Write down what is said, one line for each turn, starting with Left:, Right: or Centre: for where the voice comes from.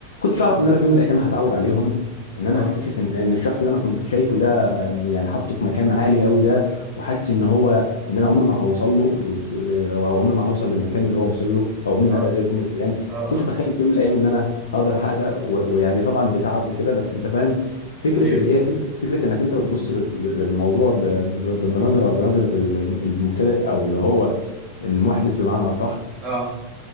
Left: كنتش
Right: اه
Left: اعرف ان انا في يوم من الايام هتعود عليهم ان انا
Right: اه
Left: هكتشف ان ان الشخص اللي انا كنت شايفه ده م- م- يعني حاطه في مكان عالي قوي ده وحاسس ان هو ان انا عمري ما هوصل له الوز- او عمري ما هوصل للمكان اللي هو وصل له او عمري ما
Right: اه
Left: هبقى زيه في يوم من الايام ما
Right: اه آه.
Left: كنتش اتخيل في يوم من الايام ان انا هقدر احقق ده و- ويعني طبعا بتعب وكده بس انت فاهم فكره
Right: ايوه
Left: الايه فكره فكره انك انت بتبص لل- لل- للموضوع ب- ب- ب- بنظره بنظره ال- المبتدئ او اللي هو المحدث بمعنى اصح
Right: اه